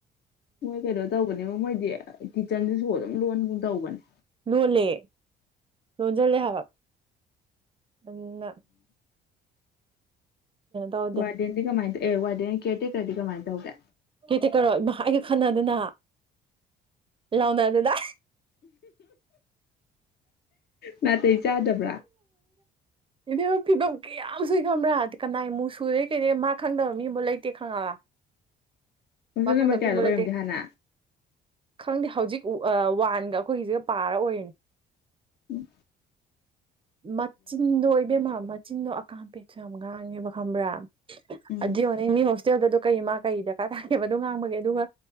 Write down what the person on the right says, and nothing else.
ꯂꯣꯜꯂꯦ ꯂꯣꯟꯁꯤꯜꯂꯦ ꯍꯥꯏꯕ ꯅꯪꯅ ꯇꯧꯗꯦ
ꯀꯩꯇ ꯀꯧꯔꯣ ꯏꯃ ꯑꯩꯒ ꯈꯟꯅꯗꯅ ꯂꯥꯎꯅꯗꯅ
ꯏꯅꯦꯦꯝꯕ ꯐꯤꯕꯝ ꯀꯌꯥꯝ ꯁꯨꯏ ꯈꯪꯕ꯭ꯔꯥ ꯀꯅꯥꯏꯃꯨꯛ ꯁꯨꯗꯦ ꯀꯩꯗ ꯃꯥ ꯈꯪꯗꯕ ꯃꯤꯕꯨꯥꯎ ꯂꯩꯇꯦ ꯈꯪꯉꯕ
ꯃꯥ
ꯈꯪꯗꯕ
ꯃꯤ ꯑꯃꯕꯨ
ꯂꯩꯇꯦ
ꯈꯪꯗꯦ ꯍꯧꯖꯤꯛ ꯋꯥꯟꯒ ꯑꯩꯈꯣꯏꯒꯤꯁꯤꯒ ꯄꯥꯔ ꯑꯣꯏꯔꯤꯅꯦ
ꯃꯆꯤꯟꯗꯣ ꯑꯣꯏꯕꯦꯝꯃ ꯃꯆꯤꯟꯗꯣ ꯑꯀꯥꯝꯄꯦꯠꯁꯨ ꯌꯥꯝ ꯉꯥꯡꯉꯦꯕ ꯈꯪꯕ꯭ꯔꯥ
ꯑꯗꯨ ꯍꯅꯦ ꯃꯤ ꯍꯣꯁꯇꯦꯜꯗꯗꯣ ꯀꯩ ꯃꯥ ꯀꯩ ꯗꯔꯀꯥꯔ ꯇꯥꯒꯦꯕꯗꯣ ꯉꯥꯡꯕꯒꯦ ꯑꯗꯨꯒ